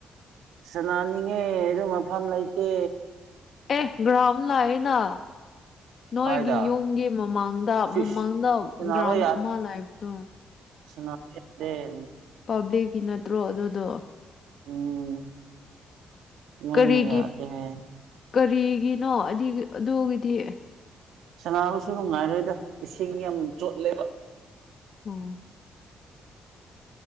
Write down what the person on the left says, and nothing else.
ꯑꯦ ꯒ꯭ꯔꯥꯎꯝ ꯂꯑꯅ ꯅꯣꯏꯒꯤ
ꯌꯨꯝꯒꯤ ꯃꯃꯥꯡꯗ
ꯃꯃꯥꯡꯗ
ꯒ꯭ꯔꯥꯎꯟ
ꯑꯃ ꯂꯩꯕꯗꯣ
ꯄꯕ꯭ꯂꯤꯛꯀꯤ ꯅꯠꯇ꯭ꯔꯣ ꯑꯗꯨꯗꯣ
ꯀꯔꯤꯒꯤ
ꯀꯔꯤꯒꯤꯅꯣ ꯑꯗꯤ ꯑꯗꯨꯒꯤꯗꯤ
ꯎꯝ